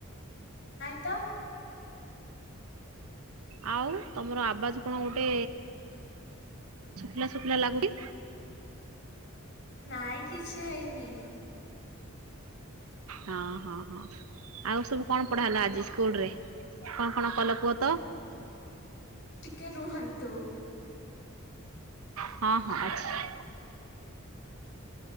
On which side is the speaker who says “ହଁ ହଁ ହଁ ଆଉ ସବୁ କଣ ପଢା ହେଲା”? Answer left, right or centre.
Right